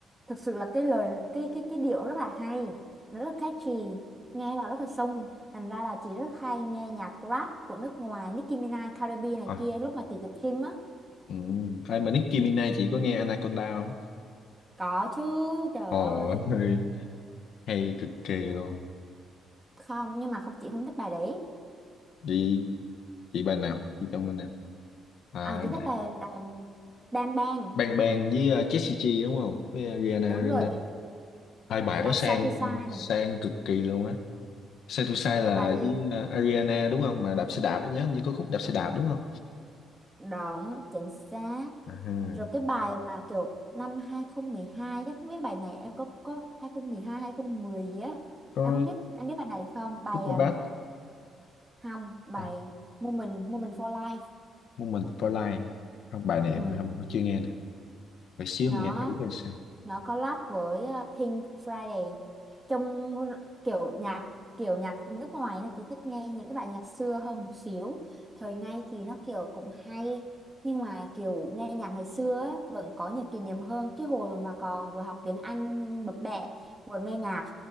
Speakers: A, on the right; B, on the left.
A: thực sự là cái lời cái cái cái điệu nó rất là hay nó rất catchy nghe vào rất là sông thành ra là chị rất hay nghe nhạc rap của nước ngoài Nicki Minaj, Cardi B này
B: à,
A: kia lúc mà chị tập gym á
B: ừ. ai mà Nicki Minaj chị có nghe Anaconda không
A: có chứ trời
B: Ồ,
A: ơi
B: hay, <laughs> hay cực kỳ luôn.
A: không nhưng mà không chị không thích bài đấy
B: Chị chị bài nào? Chị chọn bên nào? À,
A: À chị thích
B: để-
A: bài là Bang Bang
B: Bang Bang với uh, Jessie J đúng không? Với uh, Rihanna
A: Đúng
B: Grande.
A: rồi
B: Hai bài
A: Bài
B: đó sang
A: Sai Tôi Sai
B: sang
A: này
B: cực kỳ luôn á. Sai tu sai
A: Rồi
B: là
A: bài
B: với ờ, Ariana đúng không mà đạp xe đạp em nhớ hình như có khúc đạp xe đạp đúng không
A: Động Chính Xác
B: à,
A: Rồi cái bài mà kiểu năm hai không một hai Chắc không biết bài này em có có 2012 2010 gì á
B: có
A: Em không biết em biết bài này không Bài
B: Super
A: um,
B: Bad
A: không Bài
B: à,
A: Moment Moment for Life
B: Moment for Life không bài này em
A: ừ.
B: không chưa nghe nè phải xíu
A: Nó
B: nghe thử coi sao
A: nó collab với ờ, Pink Friday trong kiểu nhạc kiểu nhạc nước ngoài này thì thích nghe những cái bài nhạc xưa hơn một xíu thời nay thì nó kiểu cũng hay nhưng mà kiểu nghe nhạc ngày xưa á, vẫn có nhiều kỷ niệm hơn cái hồi mà còn vừa học tiếng Anh bập bẹ vừa nghe nhạc